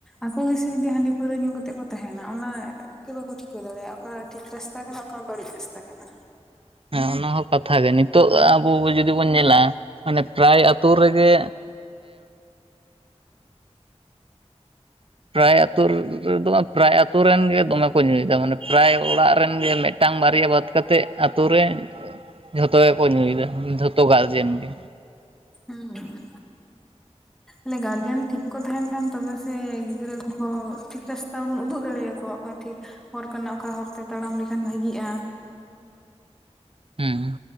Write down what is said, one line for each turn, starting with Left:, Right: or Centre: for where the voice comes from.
Centre: ᱟᱠᱚ ᱜᱮᱥᱮ ᱡᱩᱫᱤ ᱦᱟᱺᱰᱤ ᱯᱟᱹᱣᱨᱟᱹ ᱧᱩ ᱠᱟᱛᱮᱫ ᱠᱚ ᱛᱟᱦᱮᱱᱟ ᱚᱱᱟ ᱜᱮ ᱵᱟᱠᱚ ᱴᱷᱤᱠᱟᱹ ᱫᱟᱲᱮᱭᱟᱜᱼᱟ ᱚᱠᱟ ᱴᱷᱤᱠ ᱨᱟᱥᱛᱟ ᱠᱟᱱᱟ ᱚᱠᱟ ᱵᱟᱹᱲᱤᱡ ᱨᱟᱥᱛᱟ ᱠᱟᱱᱟ᱾
Right: ᱦᱮᱸ ᱚᱱᱟ ᱦᱚᱸ ᱠᱟᱛᱷᱟ ᱜᱮ ᱱᱤᱛᱚᱜ ᱟᱵᱚ ᱡᱩᱫᱤ ᱵᱚᱱ ᱧᱮᱞᱟ ᱢᱟᱱᱮ ᱯᱨᱟᱭ ᱟᱛᱳ ᱨᱮᱜᱮ ᱯᱨᱟᱭ ᱟᱹᱛᱳ ᱨᱮᱫᱚ ᱯᱨᱟᱭ ᱟᱛᱳ ᱨᱮᱱ ᱜᱮ ᱫᱚᱢᱮ ᱠᱚ ᱧᱩᱭᱮᱫᱟ ᱢᱟᱱᱮ ᱯᱨᱟᱭ ᱚᱲᱟᱜ ᱨᱮᱱ ᱜᱮ ᱢᱮᱫ ᱢᱤᱫᱴᱟᱝ ᱵᱟᱨᱭᱟ ᱵᱟᱫ ᱠᱟᱛᱮᱜ ᱟᱛᱳ ᱨᱮ ᱡᱷᱚᱛᱚ ᱜᱮᱠᱚ ᱧᱩᱭᱮᱫᱟ, ᱡᱷᱚᱛᱚ ᱜᱟᱨᱡᱮᱱ ᱜᱮ
Centre: ᱦᱩᱸ ᱚᱱᱮ ᱜᱟᱨᱡᱮᱱ ᱴᱷᱤᱠ ᱠᱚ ᱛᱟᱦᱮᱱ ᱠᱷᱟᱱ ᱛᱚᱵᱮᱥᱮ ᱜᱤᱫᱽᱨᱟᱹ ᱠᱚᱦᱚᱸ ᱴᱷᱤᱠ ᱨᱟᱥᱛᱟ ᱵᱚᱱ ᱩᱫᱩᱜ ᱫᱟᱲᱮᱭᱟᱠᱚᱣᱟ᱾ ᱦᱚᱸ ᱴᱷᱤᱠ ᱦᱚᱨ ᱠᱟᱱᱟ ᱚᱠᱟ ᱦᱚᱨ ᱛᱮ ᱛᱟᱲᱟᱢ ᱞᱮᱠᱷᱟᱱ ᱵᱷᱟᱜᱤᱜᱼᱟ᱾
Right: ᱦᱩᱸ